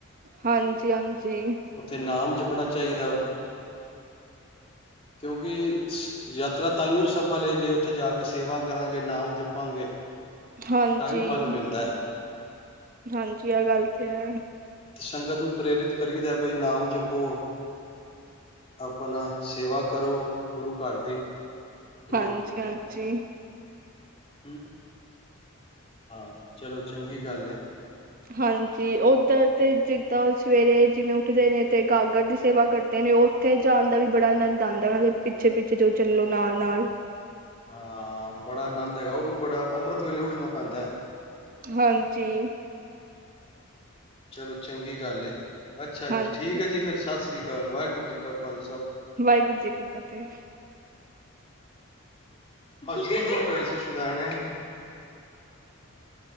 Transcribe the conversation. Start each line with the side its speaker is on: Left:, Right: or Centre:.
Right: ਹਾਂਜੀ ਹਾਂਜੀ
Left: ਨਾਮ ਜਪਣਾ ਚਾਹੀਦਾ, ਕਿਉਂਕਿ ਯਾਤਰਾ ਤਾਂਈਓ ਸਫਲ ਏ ਜੇੇ ਉੱਥੇ ਜਾ ਕੇ ਸੇਵਾ ਕਰਾਂਗੇ, ਨਾਮ ਜਪਾਂਗੇ,
Right: ਹਾਂਜੀ
Left: ਤਾਂ ਹੀ ਫਲ ਮਿਲਦਾ ਐ।
Right: ਹਾਂਜੀ ਆਹ ਗੱਲ ਤੇ ਹੈ
Left: ਤੇ ਸੰਗਤ ਨੂੰ ਪ੍ਰੇਰਿਤ ਕਰੀਦਾ ਬਈ ਨਾਮ ਜਪੋ ਆਪਣਾ ਸੇਵਾ ਕਰੋ, ਗੁਰੂ ਘਰ ਦੀ, ਹੂੰ।
Right: ਹਾਂਜੀ ਹਾਂਜੀ
Left: ਹੂੰ। ਹਾਂ ਚਲੋ, ਚੰਗੀ ਗੱਲ ਏ।
Right: ਹਾਂਜੀ ਉਧਰ ਤੇ ਜਿੱਦਾਂ ਉਹ ਸਵੇਰੇ ਜਿਵੇਂ ਉੱਠਦੇ ਨੇ ਤੇ ਗਾਗਰ ਦੀ ਸੇਵਾ ਕਰਦੇ ਨੇ, ਉੱਥੇ ਜਾਣ ਦਾ ਵੀ ਬੜਾ ਆਨੰਦ ਆਦਾ ਉਹਨਾਂ ਦੇ ਪਿੱਛੇ-ਪਿੱਛੇ ਜੋ ਚੱਲੋ ਨਾਲ-ਨਾਲ।
Left: ਹਾਂ ਬੜਾ ਆਨੰਦ ਹੈਗਾ, ਉਹ ਵੀ ਬੜਾ ਅੰਮ੍ਰਿਤ ਵੇਲੇ ਉੱਠਣਾ ਪੈਂਦਾ ਐ।
Right: ਹਾਂਜੀ।
Left: ਚਲੋ, ਚੰਗੀ ਗੱਲ ਏ। ਅੱਛਾ
Right: ਹਾਂਜੀ
Left: ਜੀ, ਠੀਕ ਐ ਜੀ ਫੇਰ ਸੱਤ ਸ੍ਰੀ ਅਕਾਲ, ਵਾਹਿਗੁਰੂ ਜੀ ਕਾ ਖਾਲ
Right: ਵਾਹਿਗੁਰੂ ਜੀ ਕੀ ਫਤਿਹ।
Left: ਹਸਦੀ ਕਿਉ ਪਈ ਸੀ ਸੁਦੈਣੇ?